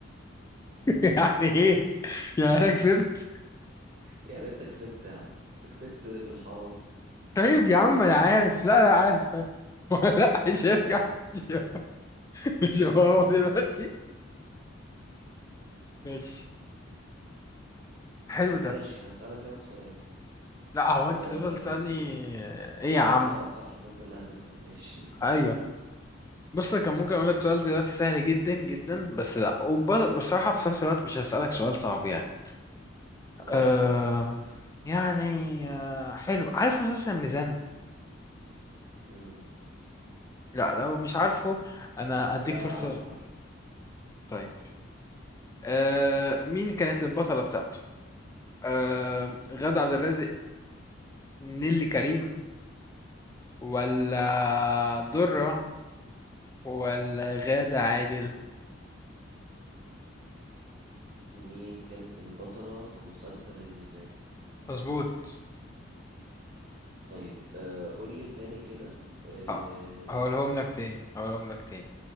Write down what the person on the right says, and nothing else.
يعني أنت كسبت يا عم بس كسبت بالحرام
<laughs>
<laughs>
ماشي هسألك أنا سؤال
أم...
اه
انت آه، صح ده انت اللي هتسأل <laughs> ماشي
ماشي
يا عم
مم.
لا
عارف عارف
مين كانت البطلة في مسلسل الميزان
طيب آه قول لي تاني كده آه